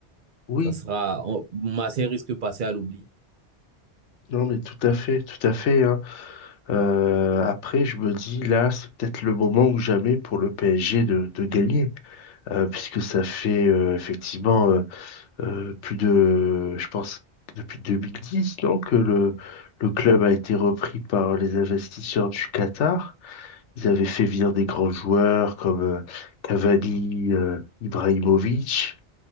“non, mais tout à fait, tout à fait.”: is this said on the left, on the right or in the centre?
Left